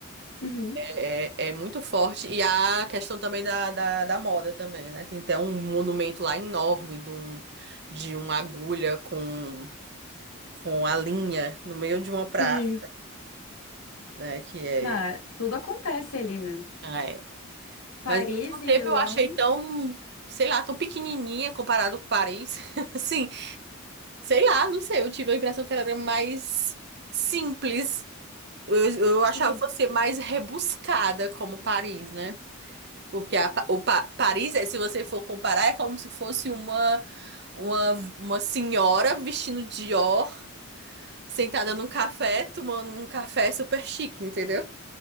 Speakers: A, on the left; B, on the right.
A: Uhum.
B: É, é muito forte. E a questão também da, da, da moda também, né? Tem até um monumento lá enorme de, um, de uma agulha com, com a linha no meio de uma praça,
A: Sim.
B: né? Que
A: Não, tudo acontece ali, né?
B: é.
A: Paris
B: Mas ao mesmo
A: e
B: tempo
A: Milão.
B: eu achei tão, sei lá, tão pequenininha comparado com Paris. <laughs> Assim, sei lá, não sei, eu tive a impressão que ela era mais simples. Eu, eu achava
A: Sim.
B: que fosse mais rebuscada como Paris, né? Porque a Pa- o Pa- Paris, é, se você for comparar, é como se fosse uma, uma, uma senhora vestindo Dior, sentada num café, tomando um café super chique, entendeu?